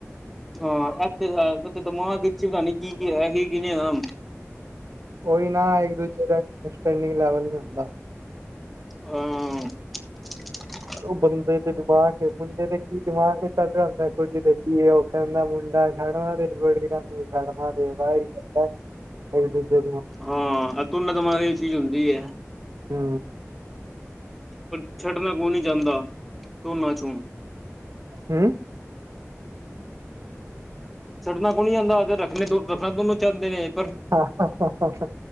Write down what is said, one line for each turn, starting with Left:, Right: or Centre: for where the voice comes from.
Centre: ਹਾਂ ਇ <unintelligible> ਤਾਂ ਕੀ-ਕੀ ਹੋਇਆ ਕੀ-ਕੀ ਨਹੀਂ ਹੋਇਆ।
Right: ਉਹੀ ਨਾ ਇੱਕ ਦੂਜੇ <unintelligible> ਲੈਵਲ ਨੀ ਹੁੰਦਾ।
Centre: ਅਅ <unintelligible>
Right: ਉਹ ਬੰਦੇ ਦੇ ਦਿਮਾਗ ਹੀ ਮੁੰਡੇ ਦੇ ਕੀ ਦਿਮਾਗ ਹੀ ਚੱਲ ਰਿਹਾ ਹੁੰਦਾ। ਕੁੜੀ ਦੇ ਕੀ ਉਹ ਕਰਨਾ ਦਾ ਮੁੰਡਾ ਛੜਵਾਂ ਦੇ ਬੜ ਨੂੰ ਸੜਵਾਂ ਦੇ ਵਾਹਦਾ। <unintelligible> ਇੱਕ-ਦੂਜੇ
Centre: ਹਾਂ ਅ ਤੂੰਨਾ ਦਿਮਾਗ ਦੀ ਚੀਜ਼ ਹੁੰਦੀ ਏ।
Right: ਹਾ
Centre: ਕੁਛੱੜ ਦਾ ਮੂੰਹ ਨੀ ਜਾਂਦਾ ਧੋਨਾ 'ਚੋ।
Right: ਹੂੰ
Centre: ਛਡਣਾ ਕੋ ਨੀ ਆਂਦਾ ਰੱਖਣੇ ਰੱਖਣਾ ਚਾਹਦੇ ਨੇ ਇਹ
Right: ਅਹਅਹਅਹ